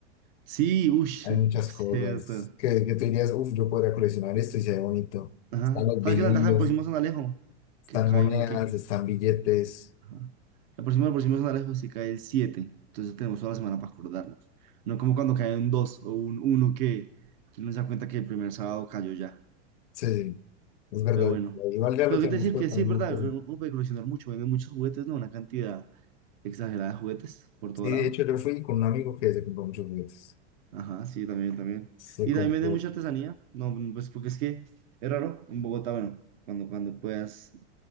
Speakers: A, on the right; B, on the left.
A: Sí, uff,
B: Hay muchas
A: <laughs> cierto.
B: cosas que, que tú dirías, uff, yo podría coleccionar esto y se ve bonito.
A: Ajá.
B: Están los
A: ¿Sabes
B: vinilos,
A: qué ventaja del próximo San Alejo?
B: están
A: Que cae
B: monedas,
A: un, que
B: están billetes.
A: Ajá. La próxima, la próxima semana la se cae el siete entonces tenemos toda la semana para acordarnos. No como cuando cae un 2 o un uno que que uno se da cuenta que el primer sábado cayó ya.
B: Sí, sí, es verdad.
A: Pero bueno,
B: Igual ya lo
A: pero
B: tenemos
A: qué te decir
B: por
A: que
B: también.
A: sí, es verdad,
B: muy presente.
A: uno puede coleccionar mucho, venden muchos juguetes, ¿no? Una cantidad exagerada de juguetes por todo
B: Sí,
A: lado.
B: de hecho yo fui con un amigo que se compró muchos juguetes.
A: Ajá, sí, también, también.
B: Se
A: Y
B: compró.
A: también venden mucha artesanía, no, pues porque es que es raro en Bogotá, bueno, cuando, cuando puedas.